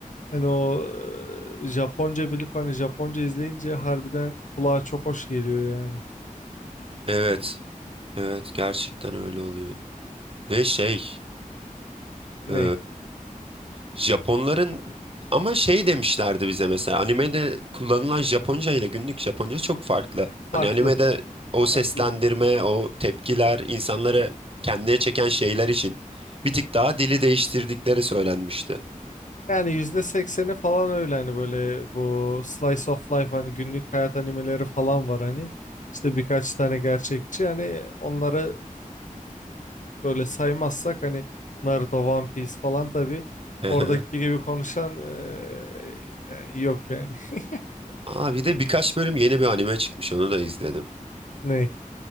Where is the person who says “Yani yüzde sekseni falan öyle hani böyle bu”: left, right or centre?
Left